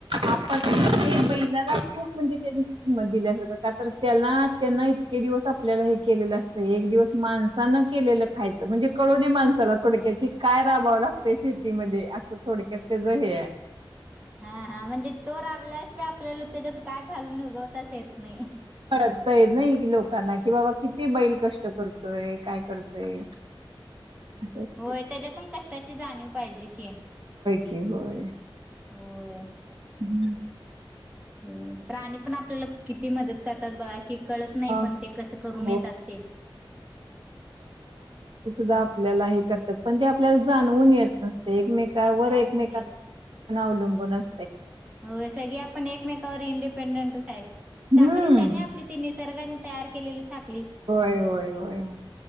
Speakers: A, on the right; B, on the right.
A: आपण ते बैलाला खूप म्हणजे त्यानी किंमत दिली अस का तर त्याला त्यांन इतके दिवस आपल्याला हे केलेलं असतं एक दिवस माणसानं केलेलं खायचं म्हणजे कळून दे माणसाला थोडक्या त काय राबवावं लागतं शेत. शेेती मध्ये असं थोडक्यात त्याच हे आहे.
B: हा हा म्हणजे तो राब आपल्याशिवाय आपल्याला त्याच्यात काय घालून उगवताच येत नाही.
A: कळतय नाही लोकांना कि बाबा किती बैल कष्ट करतोय काय करतोय. असं असते
B: होय त्याच्या पण कष्टाची जाणीव पाहिजे की.
A: कि होय.
B: होय.
A: हम्म.
B: हो प्राणी पण आपल्याला किती मदत करतात बघा. कि कळत नाही
A: अं,
B: पण ते कस करून
A: हो
B: येतात ते.
A: दा आपल्याला हे करतात पण ते आप पल्याला जानवुन येत नसतय एकमेकावर
B: जाणून
A: एकमेक
B: येत
A: '' अवलंबून अस
B: होय सगळी आपण एकमेक इंडिपेंडेंटच आहे
A: हम्म
B: साखळीच आहे आपली तिन निसर्गाने तयार केलेली साख
A: होय होय होय होय.